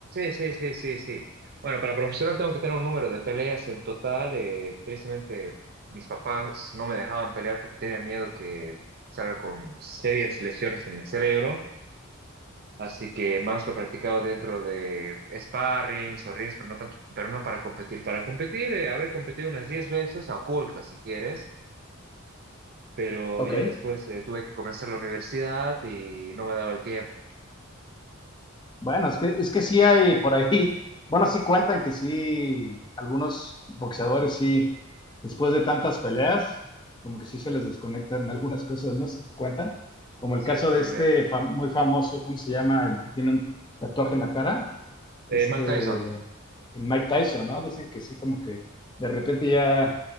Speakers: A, on the right (about 50°); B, on the left (about 20°).
A: sí, sí, sí, sí. sí. Bueno, para profesional tengo que tener un número de peleas en total. eh, tristemente, mis papás no me dejaban pelear porque tenían miedo que salga con serias lesiones en el cerebro. Así que más lo practicaba dentro de sparrings o rings, pero no tanto, pero no para competir. Para competir, eh, habré competido unas 10 veces, a ocultas si quieres, pero
B: Ok.
A: ya después eh, tuve que comenzar la universidad y no me daba el tiempo.
B: Bueno, es que, es que sí hay por ahí, bueno, sí cuentan que sí, algunos boxeadores sí, después de tantas peleas, como que sí se les desconectan algunas cosas, ¿no? Se cuentan, como el
A: Sí,
B: caso
A: eso
B: de
A: también.
B: este fam- muy famoso, ¿cómo se llama? El que tiene un tatuaje en la cara,
A: Eh,
B: este,
A: Mike Tyson.
B: el Mike Tyson, ¿no? Dicen que sí, como que de repente ya